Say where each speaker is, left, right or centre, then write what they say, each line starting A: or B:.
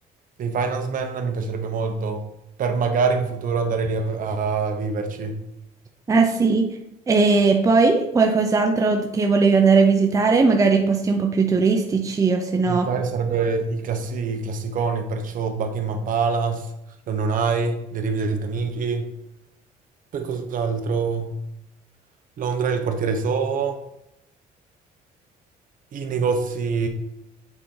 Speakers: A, on the right; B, on the right.
A: dei Finance Man mi piacerebbe molto, per magari in futuro andare lì a, a viverci.
B: Ah sì, e poi qualcos'altro che volevi andare a visitare, magari posti un po' più turistici o se no...
A: Visitare sarebbe i, classi- i classiconi, perciò Buckingham Palace, London Eye, le rive del Tamigi, poi cos'altro? Londra, il quartiere Soho, i negozi